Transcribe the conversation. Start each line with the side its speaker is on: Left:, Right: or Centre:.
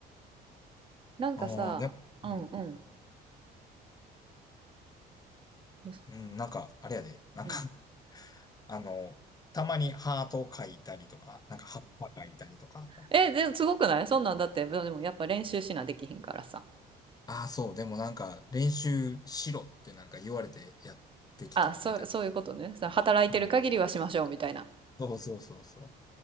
Right: なんかさ、
Left: ああ、で、
Right: うんうん。
Left: うん。
Right: どうす
Left: うん、なんか、あれやで、なんか
Right: うん。
Left: <laughs> あの、たまにハート書いたりとか、なんか葉っぱ書いたりとか。
Right: え、で、すごくないそんなんだって、でもやっぱ練習しなできひんからさ。
Left: ああ、そう、でもなんか、練習しろってなんか言われてやってきたみたい
Right: あ、そう、そういうことね。その働いてる限りはしましょうみたいな。
Left: な。うん。うんそうそうそうそ